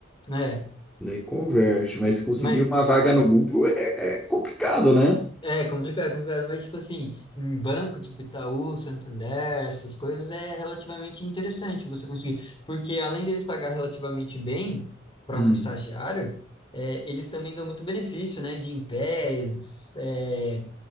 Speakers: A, on the left (about 25°); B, in the centre.
A: É,
B: Daí converte, mas conseguir
A: mas
B: uma vaga no Google é, é complicado, né?
A: É complicado, é complicado, mas tipo assim, em banco, tipo Itaú, Santander, essas coisas é relativamente interessante você conseguir, porque além deles pagar relativamente bem para
B: Hum.
A: um estagiário, é, eles também dão muito benefício, né? De Gympass, é,